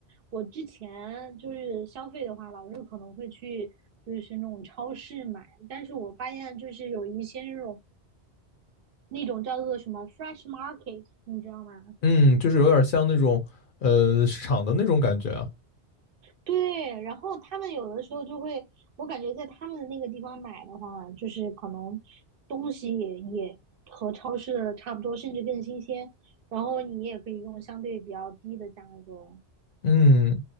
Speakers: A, on the right; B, on the left.
A: 我之前就是消费的话，老是可能会去就是那种超市买，但是我发现就是有一些那种那种叫做什么 fresh market，你知道吗？
B: 嗯，就是有点像那种呃市场的那种感觉啊，
A: 对，然后他们有的时候就会，我感觉在他们的那个地方买的话，就是可能东西也也和超市的差不多，甚至更新鲜。然后你也可以用相对比较低的价格，
B: 嗯，